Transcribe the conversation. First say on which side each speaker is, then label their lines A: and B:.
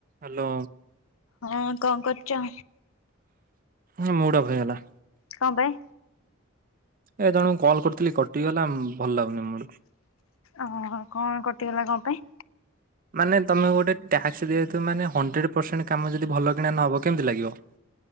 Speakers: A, on the right; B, on the left.
A: Hello
B: ହଁ କଣ କରୁଛ?
A: ମୁଡ୍ ଅପ୍ ହେଇଗଲା।
B: କଣ ପାଇ,
A: ଏ ତାଙ୍କୁ କଲ୍ କରିୁଥିଲି କଟିି ଗଲା, ଭଲ ଲାଗୁନି ମୁ
B: ଓହୋ ହୋ, କଣ କଟିଗଲା କଣ ପାଇଁ?
A: ମାନେ ତମକୁ ଗୋଟେ ଟ୍ୟାକ୍ସ ଦିଆଯାଇଥିବ ମାନେ ହଣ୍ଡ୍ରେଡ଼ ପରସେଣ୍ଟ କାମ ଯଦି ଭଲକିନା ନହେବ କେମିତି ଲାଗିବ? <inaudible>